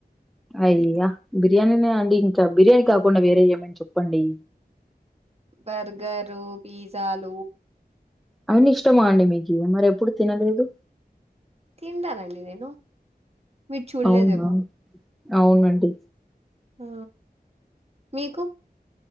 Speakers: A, in the centre; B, on the right.
A: అయ్యా బిర్యానీనే అండి ఇంకా బిర్యానీ కాకుండా వేరే ఏమన్నా చెప్పండి
B: బర్గరూ పిజాలు
A: అవన్నీ ఇష్టమా అండి మీకీ మరి ఎప్పుడు తినలేదు
B: తిండనండి నేను మీర్ చూలేదేమో
A: అవునా అవునండి
B: ఆ మీకు